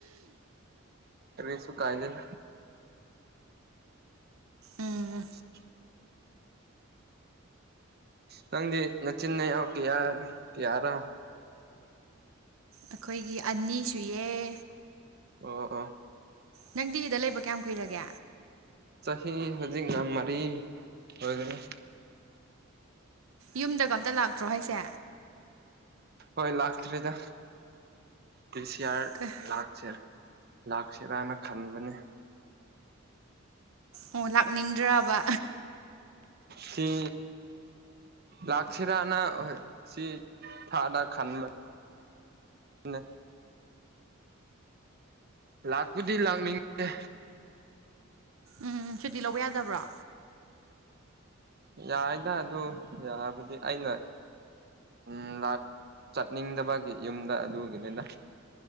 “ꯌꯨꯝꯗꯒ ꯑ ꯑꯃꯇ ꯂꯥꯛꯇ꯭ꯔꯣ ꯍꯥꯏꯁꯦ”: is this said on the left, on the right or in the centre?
Right